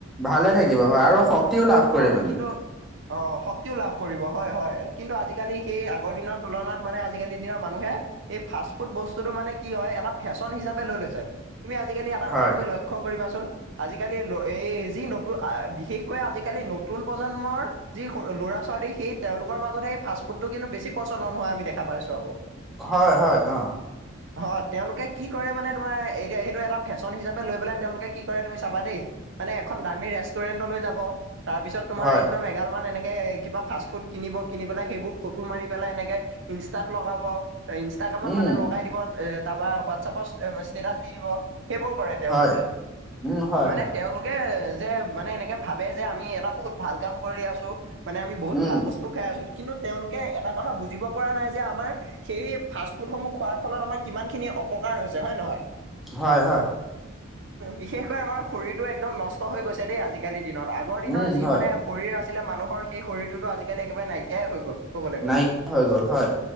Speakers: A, in the centre; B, on the right.
A: ভালে থাকিব হয় আৰু শক্তিও লাভ
B: অ
A: কৰিম আমি।
B: কিন্তু অ শক্তিও লাভ কৰিব হয় হয় কিন্তু আজিকালি সেই আগৰ দিনৰ তুলনাত মানে আজিকালিৰ দিনৰত মানুহে এই ফাষ্ট ফুড বস্তুতটো মানে কি হয় এটা ফেশ্বন হিচাপে লৈ লৈছে, তুমি আজিকালি এটা
A: হয়
B: কথা তুমি লক্ষ্য কৰিবাচোন, আজিকালি এই যি নতুন বিশেষকৈ আজিকালিৰ নতুন প্ৰজন্মৰ যি ল'ৰা ছোৱালী সেই তেওঁলোকৰ মাজত সেই ফাষ্টফুড টো কিন্তু বেছি প্ৰচলন হোৱা আমি দেখা পাইছোঁ আকৌ।
A: হয়-হয় অ',।
B: <inaudible> হয় তেওঁলোকে কি কৰে মানে তোমাৰ এতিয়া সেইটো এটা ফেশ্বন হিচাপে লৈ পেলাই তেওঁলোকে কি কৰে তুমি চাবা দেই। মানে এখন দামী ৰেষ্টুৰেণ্টলৈ যাব। তাৰ পিছত তোমাৰ
A: হয়,
B: একদম এঘাল মান এনেকে কিবা ফাষ্ট ফুড কিনিব কিনি পেলাই সেইবোৰ ফটো মাৰি পেলাই এনেকে ইনষ্টাত লগাব, ইনষ্টাগ্ৰামত
A: উম,
B: মানে লগাই দিব। এ তাৰপৰা হোৱাটছাপত ষ্টেটাচ দি দিব। সেইবোৰ কৰে তেওঁলোকে,
A: হয়, উম, হয়,
B: মানে
A: হয়,
B: তেওঁলোকে যে মানে এনেকে ভাবে যে আমি এটা বহুত ভাল কাম কৰি আছোঁ মানে আমি বহুত
A: উম,
B: ভাল বস্তু টো খাই আছোঁ, কিন্তু তেওঁলোকে এটা কথা বুজিব পৰা নাই যে আমাৰ সেই ফাষ্ট ফুড সমূহ খোৱাৰ ফলত আমাৰ কিমান খিনি অপকাৰ হৈছে, হয়নে নহয়?
A: হয়-হয়।
B: বিশেষকৈ আমাৰ শৰীৰটো একদম নষ্ট হৈ গৈছে দেই আজিকালি দিনত। আগৰ দিনৰ
A: উম,
B: যি
A: হয়,
B: মানে শৰীৰ আছিলে মানুহৰ সেই শৰীৰটোতো আজিকালি একেবাৰে নাইকিয়াই হৈ গ'ল। ক'বলৈ গ'লে,
A: নাইকিয়া হৈ গ'ল হয়,